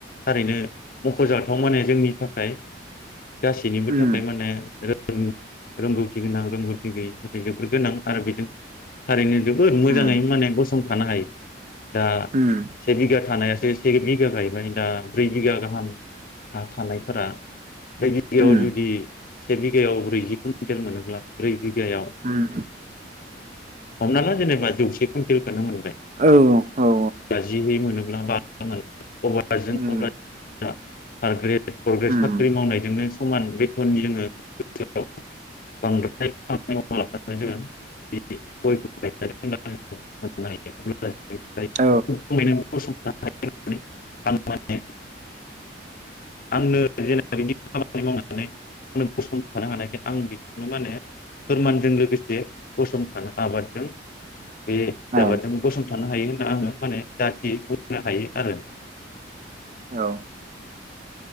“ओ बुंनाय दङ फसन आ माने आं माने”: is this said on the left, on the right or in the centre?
Left